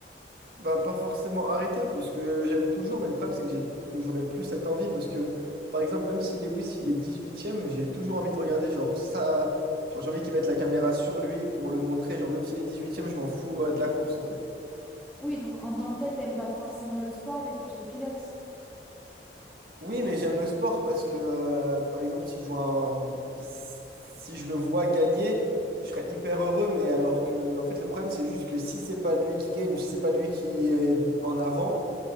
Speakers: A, on the right (about 55°); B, in the centre.
A: Bah, pas forcément arrêter, parce que j'aime toujours, mais le problème, c'est que j'ai plus- j'aurais plus cette envie, parce que, par exemple, même si Lewis, il est dix ème j'ai toujours envie de regarder, genre, ça... Genre, j'ai envie qu'ils mettent la caméra sur lui pour le montrer, genre, même s'il est dix ème je m'en fous, euh, de la course, en fait.
B: Oui, donc en tant que tel, t'aimes pas forcément le sport, mais plus le pilote.
A: Oui, mais j'aime le sport, parce que, euh, par exemple, si je vois un- Si je le vois gagner, je serais hyper heureux, mais alors que, en fait, le problème, c'est juste que si c'est pas lui qui gagne, ou si c'est pas lui qui est en avant,